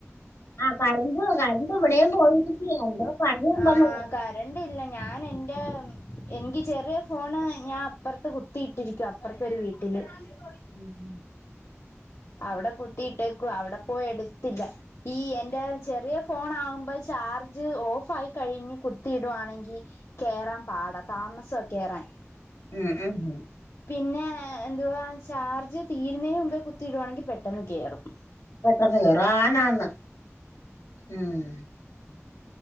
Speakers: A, on the left (about 90°); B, on the left (about 65°).
A: ആ കരമ്പ് കരണ്ട്് ഇവിടെയും പോയിരിക്കയാ <unintelligible>
B: ആകരണ്ടില്ല
A: പറ
B: ഞാൻ എന്റെ എനിക്ക് ചെറിയ ഫോണ് ഞാൻ അപ്പുറത്ത് കുത്തിയിട്ടിരിക്കും അപ്പുറത്തെ ഒരു വീട്ടിൽ <unintelligible>
A: <inaudible>
B: അവിടെ കുത്തിയിട്ടേക്കു അവിടെ പോയി എടുത്തില്ല ഈ എന്റെ ചെറിയ ഫോൺ ആകുമ്പോ ചാർജ് ഓഫ് ആയി കഴിഞ്ഞ് കുത്തിയിടുുകവാണെങ്കിൽ കേയറാൻ പാട <unintelligible> താമസംൊക്കെ റാൻ
A: മ്മ് മ്
B: പിന്നെ എന്തുവാ ചാർജ് തീരുന്നതിന് മുമ്പേ കുത്തിയിടുവാണെങ്കിൽ പെട്ടെന്ന് കേയറും
A: പെട്ടെന്ന് വറ ആനന്ന് മ്